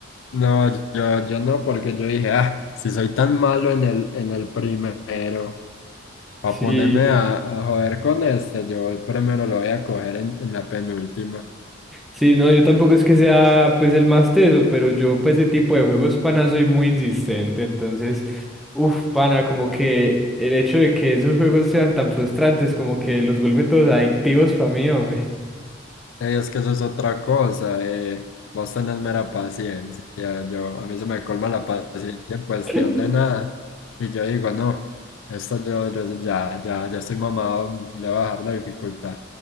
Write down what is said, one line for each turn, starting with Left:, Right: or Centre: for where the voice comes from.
Left: No, yo, yo no, porque yo dije, ah, si soy tan malo en el, en el primero, para
Centre: Sí,
Left: ponerme a, a joder con este, yo el primero lo voy a coger en, en la penúltima.
Centre: sí, no, yo tampoco es que sea pues el más teso, pero yo para ese tipo de juegos, pana, soy muy insistente. Entonces, uff, pana, como que el hecho de que esos juegos sean tan frustrantes, como que los vuelve todos adictivos para mí, hombre.
Left: Ey, es que eso es otra cosa, eh. Vos tenés mera paciencia. Yo, a mí se me colma la paciencia en cuestión
Centre: <laughs>
Left: de nada. Y yo digo, no, esto yo, yo- yo ya, ya, ya estoy mamado, le voy a bajar la dificultad.